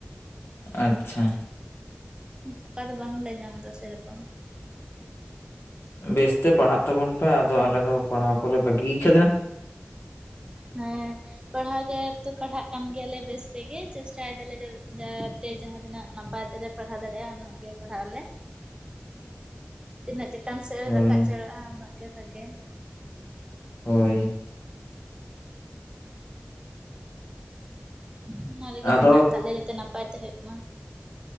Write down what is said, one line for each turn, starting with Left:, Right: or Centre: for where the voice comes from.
Left: ᱟᱪᱪᱷᱟ᱾
Right: ᱯᱷᱟᱠᱟ ᱫᱚ ᱵᱟᱝ ᱞᱮ ᱧᱟᱢ ᱮᱫᱟ ᱥᱮ ᱨᱚᱠᱚᱢ᱾
Left: ᱵᱮᱥ ᱛᱮ ᱯᱟᱲᱦᱟᱜ ᱛᱟᱵᱚᱱ ᱯᱮ? ᱟᱫᱚ ᱟᱞᱮ ᱫᱚ ᱯᱟᱲᱦᱟᱣ ᱠᱚ ᱞᱮ ᱵᱟᱹᱜᱤ ᱟᱠᱟᱫᱟ᱾
Right: ᱦᱮᱸ ᱯᱟᱲᱦᱟᱣ ᱜᱮ ᱛᱚ ᱯᱟᱲᱦᱟᱜ ᱠᱟᱱ ᱜᱮᱭᱟ ᱞᱮ ᱵᱮᱥ ᱛᱮ ᱜᱮ᱾ ᱪᱮᱥᱴᱟ ᱮᱫᱟ ᱞᱮ ᱡᱟᱛᱮ ᱡᱟᱦᱟᱸ ᱛᱤᱱᱟᱹᱜ ᱱᱟᱯᱟᱭ <unintelligible> ᱯᱟᱲᱦᱟᱣ ᱫᱟᱲᱮᱭᱟᱜᱼᱟ ᱩᱱᱟᱹᱜ ᱜᱮ ᱯᱟᱲᱦᱟᱜ ᱟᱞᱮ᱾
Left: <inaudible>
Right: ᱛᱤᱱᱟᱹᱜ ᱪᱮᱛᱟᱱ ᱥᱮᱫ
Left: ᱦᱳᱭ
Right: ᱨᱟᱠᱟᱵ ᱪᱟᱞᱟᱜᱼᱟ ᱩᱱᱟᱹᱜ ᱜᱮ ᱵᱷᱟᱜᱮ
Left: ᱦᱚᱭ
Right: ᱚᱱᱟ ᱨᱮᱜᱮ
Left: ᱟᱫᱚ
Right: ᱢᱮᱱᱟᱜ ᱠᱟᱜ ᱞᱮᱭᱟ ᱡᱟᱛᱮ ᱱᱟᱯᱟᱭ ᱛᱮ ᱦᱩᱭᱩᱜ ᱢᱟ᱾